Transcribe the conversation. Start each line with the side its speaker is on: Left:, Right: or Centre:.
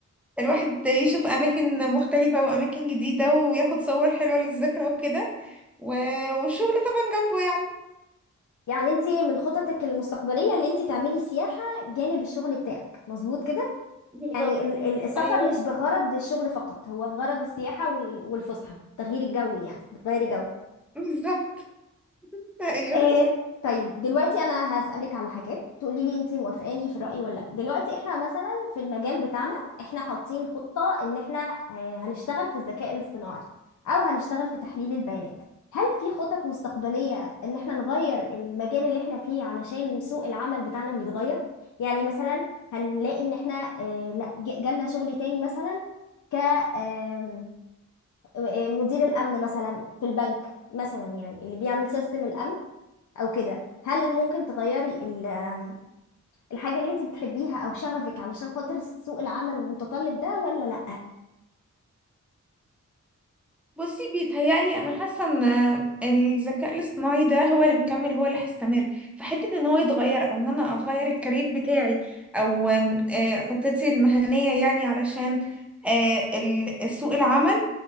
Centre: الواحد يشوف اماكن مختلفة واماكن جديدة وياخد صور حلوة للذكرى وكده و... والشغل طبعا جنبه يعني
Left: يعني انت من خططك المستقبلية ان انت تعملي سياحة جانب الشغل بتاعك مظبوط كده
Centre: بالظبط
Left: يعني ال- ال- السفر
Centre: ايوه
Left: مش بغرض الشغل فقط هو بغرض السياحة وال- والفسحة تغيير الجو يعني بتغيري جو
Centre: بالظبط ايوه
Left: ايه طيب دلوقتي انا هسألك على حاجات تقولي لي انت موافقاني في الرأي ولا لا دلوقتي احنا مثلا في المجال بتاعنا احنا حاطين خطة ان احنا آه، هنشتغل في الذكاء الاصطناعي او هنشتغل في تحليل البيانات هل في خطط مستقبلية ان احنا نغير المجال اللي احنا فيه علشان سوق العمل بتاعنا بيتغير يعني مثلا هنلاقي ان احنا آه، لا ج- جالنا شغل تاني مثلا ك آم، آه، مدير الامن مثلا في البنك مثلا يعني اللي بيعمل سيستم الامن او كده هل ممكن تغيري ال- آم، الحاجة اللي انت بتحبيها او شغفك علشان خاطر سوق العمل المتطلب ده ولا لأ
Centre: بصي بيتهيألي انا حاسه ان الذكاء الاصطناعي ده هو اللي مكمل هو اللي هيستمر فحته ان هو يتغير او ان انا اغير الكارير بتاعي او آم، آه، خطتي المهنيه يعني علشان آه، ال- سوق العمل